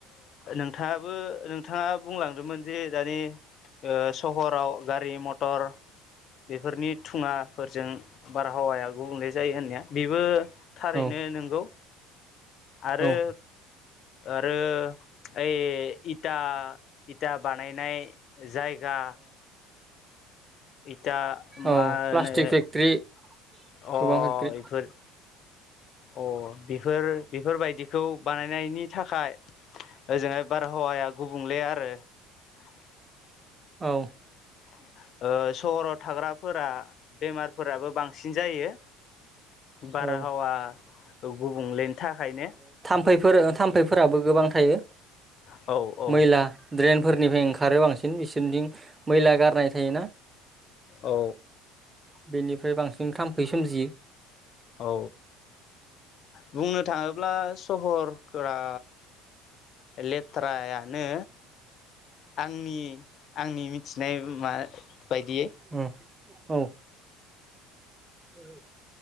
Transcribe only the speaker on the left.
नोंथांङाबो नोंथांङा बुंलांदोंमोन। जे दानि सहराव गारि मथर। मटर बेफोरनि थुङाफोरजों बारहावाया गुबुंले जायो होननाया। बेबो थारैनो
नंगौ आरो।
आरो ओइ इथा इथा बानायनाय। जायगा दा मा
होनो?
अ
इफोर अ बेफोर बेफोरबायदि खौ बानायनायनि थाखाय ओजोंहाय बारहावाया गुबुंले आरो। आरो
सहराव थाग्राफोरा बेमारफोराबो बांसिन जायो। बारहावा
गुबुंलेनि थाखायनो
औ औ
औ
औ बुंनो थांङोब्ला सहरफोरा लेथ्रायानो आंनि आंनि मिथानाय मा बायदियै